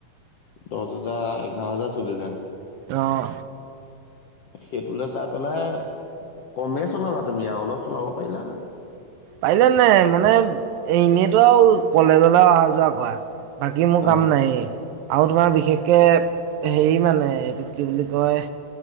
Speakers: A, on the left; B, on the right.
A: দহ হাজাৰ এঘাৰ হাজাৰ চলিলে অ।
B: অঅঁ
A: সেইটোলৈ চাই পেলাই, কমেই চলালা তুমি আৰু অলপ চলাব পাৰিলা।
B: পাৰিলে নাই মানে এনেইতো আৰু কলেজলৈ অহা যোৱা কৰা। বাকী মোৰ
A: অ',
B: কাম নাই,, আৰু তোমাৰ বিশেষকৈ হেৰি মানে এইটো কি বুলি কয়